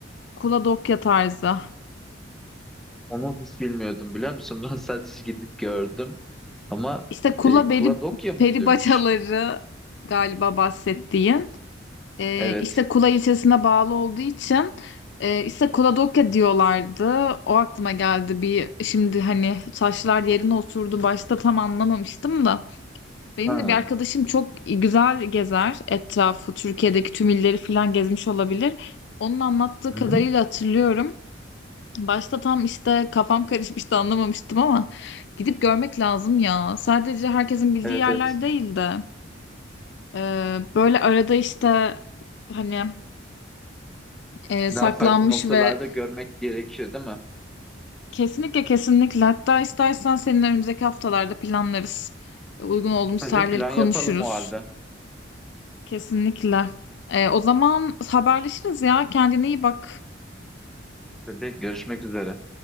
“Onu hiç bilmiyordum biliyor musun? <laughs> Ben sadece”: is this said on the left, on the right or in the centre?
Centre